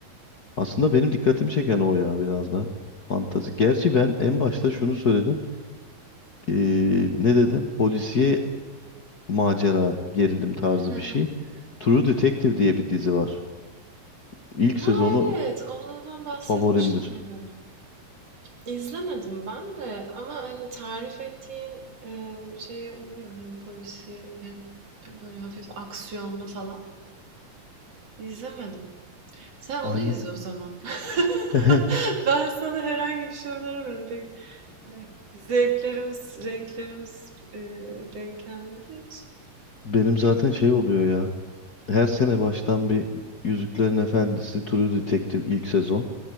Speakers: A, on the left (about 80°); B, on the right (about 45°).
A: Aslında benim dikkatimi çeken o ya biraz da. Fantazi. Gerçi ben en başta şunu söyledim. E, ne dedim? Polisiye macera, gerilim tarzı
B: <laughs>
A: bir şey. True Detective diye bir dizi var. İlk
B: Ha
A: sezonu
B: evet, ondan bahsetmişlerdi.
A: favorimdir.
B: İzlemedim ben de ama hani tarif ettiğin e, şeye uyuyor hem polisiye hem böyle hafif aksiyonlu falan. İzlemedim. Sen
A: Aynen.
B: onu izle o zaman. <laughs>
A: <laughs>
B: Ben sana herhangi bir şey öneremedim. Pek zevklerimiz, renklerimiz e, denk gelmediği için.
A: Benim zaten şey oluyor ya. Her sene baştan bir Yüzüklerin Efendisi, True Detective ilk sezon,